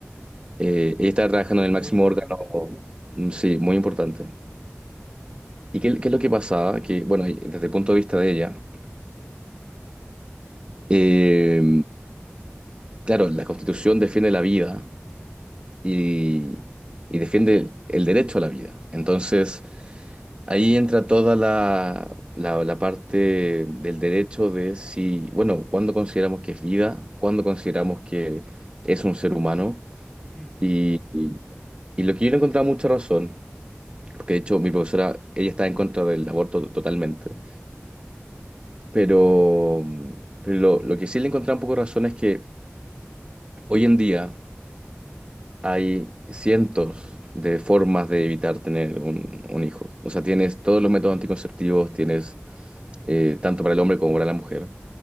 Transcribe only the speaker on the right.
eh, ella estaba trabajando
en el máximo
órgano, mm, sí, muy importante. ¿Y qué, qué es lo que pasaba? Que, bueno, y desde el punto de vista de ella, eh, claro, la Constitución defiende la vida y, y defiende el derecho a la vida. Entonces, ahí entra toda la, la, la parte del derecho de si, bueno, cuándo consideramos que es vida, cuándo consideramos que es un ser humano.
Y, y- y lo que yo le encontraba mucha razón, porque de hecho mi profesora, ella está en contra del aborto totalmente, pero, pero lo, lo que sí le encontraba un poco de razón es que hoy en día... Hay cientos de formas de evitar tener un, un hijo. O sea, tienes todos los métodos anticonceptivos, tienes eh, tanto para el hombre como para la mujer.